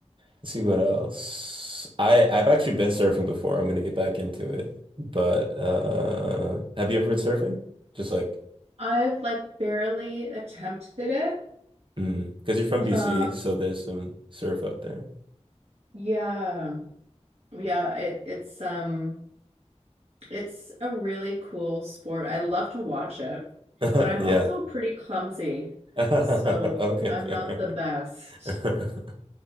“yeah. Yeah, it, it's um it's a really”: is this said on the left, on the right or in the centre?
Right